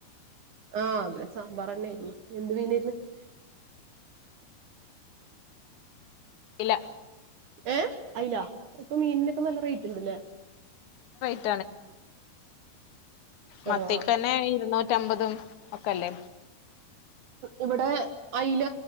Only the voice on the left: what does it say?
ഇില
<unintelligible> മത്തേക്കന്നെ
ഇരുന്നൂറ്റ നറ്റമ്പതും ഒക്കെല്ലേ